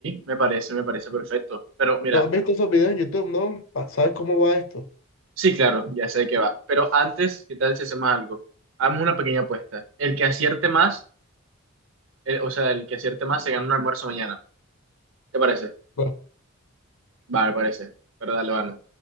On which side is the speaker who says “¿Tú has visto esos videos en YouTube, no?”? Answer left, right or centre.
Left